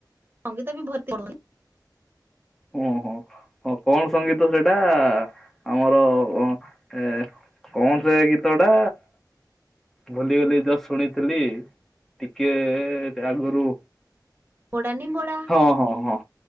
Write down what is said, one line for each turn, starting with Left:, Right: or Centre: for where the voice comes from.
Right: ସଙ୍ଗୀତ ବି ଭର୍ତ୍ତି
Centre: ଓ ହୋ ହଁ କଣ ସଙ୍ଗୀତ ସେଇଟା ଆମର ଅ ଏ କଣ ସେ ଗୀତଟା। ଭୁଲି ଗଲି ଜା ଶୁଣିଥିଲି ଟିକେ ସେ ଆଗରୁ
Right: ନିମ୍ବଡା ନିମ୍ବଡା
Centre: ହଁ ହଁ ହଁ।